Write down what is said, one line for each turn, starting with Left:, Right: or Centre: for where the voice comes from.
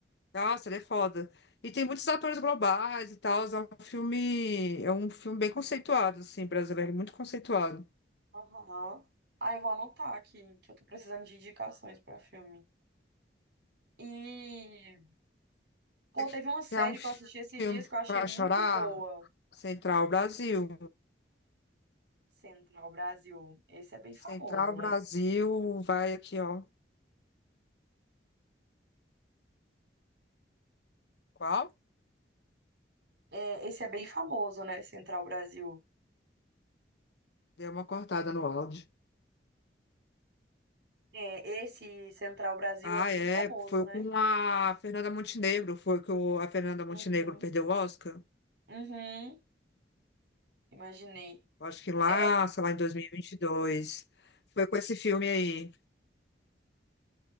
Left: Nossa, ele é foda. E tem muitos atores globais e tal. É um filme, é um filme bem conceituado, assim, brasileiro, muito conceituado.
Right: Aham. Ah, eu vou anotar aqui, que eu tô precisando de indicações pra filme. E, pô,
Left: Você
Right: teve uma série
Left: quer um
Right: que eu assisti esses
Left: filme
Right: dias que eu achei
Left: para
Right: muito
Left: chorar?
Right: boa,
Left: Central Brasil.
Right: Central Brasil. Esse é bem
Left: Central
Right: famoso, né?
Left: Brasil, vai aqui, ó. Qual?
Right: É, esse é bem famoso, né, Central Brasil.
Left: Deu uma cortada no áudio.
Right: É, esse Central Brasil
Left: Ah,
Right: é bem
Left: é.
Right: famoso,
Left: Foi
Right: né?
Left: com a Fernanda Montenegro. Foi que o- a Fernanda
Right: Uhum,
Left: Montenegro perdeu o Oscar.
Right: uhum, imaginei.
Left: Eu Acho que lá,
Right: É,
Left: sei lá, em dois mil e e vinte e dois, Foi com esse filme aí.